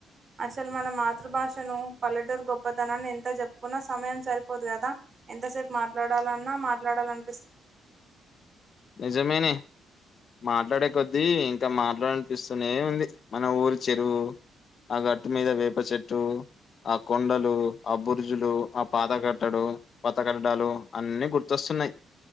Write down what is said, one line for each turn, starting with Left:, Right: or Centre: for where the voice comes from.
Right: అసలు మన మాతృభాషను పల్లెటూరు గొప్పతనాన్ని ఎంత జెప్పుకున్నా సమయం సరిపోదు గదా! ఎంతసేపు మాట్లాడాలన్నా మాట్లాడాలం
Left: నిజమేనే మాట్లాడే కొద్దీ మాట్లాడనిపిస్తూనే ఉంది మన ఊరి చెరువు ఆ గట్టు మీద వేప చెట్టు ఆ కొండలు ఆ బుర్జులు ఆ పాత కట్టడు పత కట్టడాలు అన్ని గుర్తొస్ తున్నయ్